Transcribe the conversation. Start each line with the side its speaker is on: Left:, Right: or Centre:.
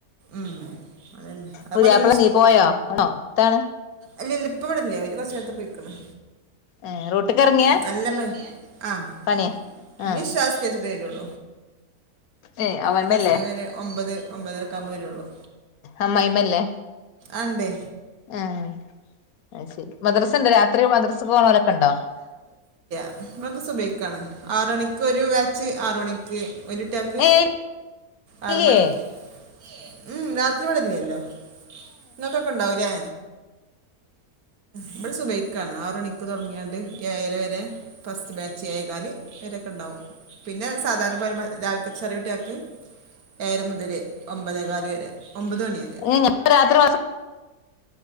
Right: ഉം, അതന്നെ അതുപോലെ
Left: പുതിയപ്പള നീ പോയോ ആണോ എതാണ്
Right: അല്ല ഇല്ല ഇപ്പ ഇവിടെല്ലേ അവര് കുറു നേരത്ത് പോയിിക്കണം
Left: ഏ റൂട്ട്ക്ക് ഇറങ്ങിയ
Right: നല്ല മ ആഹ
Left: പണിയാ ആഹ്
Right: ഇനി ശ്വാസം കഴച്ചിട്ട് തരുള്ളൂ
Left: ഏ അമ്മായിമ്മല്ലേ
Right: സസ്ക ക ഒമ്പത് ഒമ്പതൊക്കെ ആവ്പോ വരുള്ളു
Left: അമ്മമല്ലേ
Right: അണ്ട്േ
Left: ആഹ അ ശരി മദ്രസുണ്ട് രാത്രി മദ്രസ് പോണലൊക്കെ ഉണ്ടോ
Right: ഇൊക്ക സുഭക്കാണ് ആറ മണിക്ക് ഒരു വാച്ച് ആറ മണിക്ക് വലിട്ടക്ക്
Left: ഏ
Right: ആര
Left: ഇല്ലേ
Right: മണിക്ക് ഉ രാത് അരി പടല്ലല്ലോ ഇൊക്കൊക്കെ ഉണ്ടാവൂല്ലേ
Left: അ <unintelligible>
Right: ഇമ്മൾ സുഭൈക്കാണ് ആറ മണിക്ക് തുടങ്ങിയാണ്ട് ഏര വരെ ഫസ്റ്റ് ബാച്ച ആായക്കാല് വരെ ണ്ടാവും പിന്നെ സാധാരണ പരമാ രാവില കച്ചറിയ വട്ടിയ ആക്ക് ഏര് മുതലേ ഒമ്പതേകാല് വരെ ഒമ്പത് മണി വരെ
Left: ഏ ഞാൻ രാത്രി